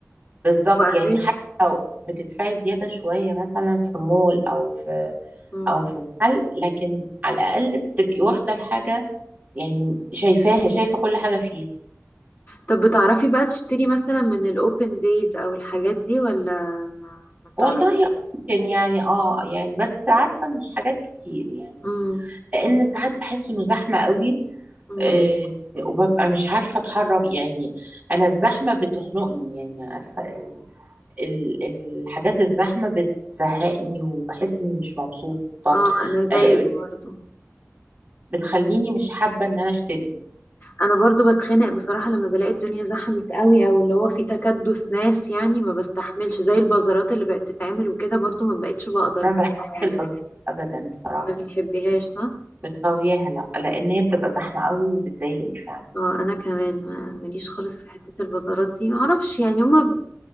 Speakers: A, on the right; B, on the left.
A: بالظبط
B: وبعدين
A: يعني حتى لو بتدفعي زيادة شوية مثلا في مول او في
B: مم.
A: او في محل لكن على الاقل بتبقي واخدة الحاجة يعني شايفاها شايفة كل حاجة فيها
B: طب بتعرفي بقى تشتري مثلا من الأوبن دايز أو الحاجات دي ولا ما, ما بتعرفي
A: والله ممكن يعني اه يعني بس عارفة مش حاجات كتير يعني
B: مم.
A: لان ساعات بحس انه زحمة قوي
B: مم.
A: آه وببقى مش عارفة اتحرك يعني انا الزحمة بتخنقني يعني عارفة ال- الحاجات الزحمة بتزهقني وبحس اني مش مبسوطة
B: اه أنا زيك
A: آه،
B: برضه
A: بتخليني مش حابة ان انا اشتري
B: أنا برضه بتخنق بصراحة لما بلاقي الدنيا زحمت قوي أو اللي هو في تكدس ناس يعني ما بستحملش زي البازارات اللي بقت تتعمل وكده برضه ما بقتش بقدر
A: ما
B: بصراحة
A: بحبش
B: يعني
A: البساطة ابدا بصراحة
B: ما بتحبيهاش
A: يعني
B: صح؟
A: مش غاوياها لا لان هي بتبقى زحمة قوي وبتضايقني فعلا
B: اه انا كمان ما- ماليش خالص في حتة البازارات دي معرفش يعني هما ب-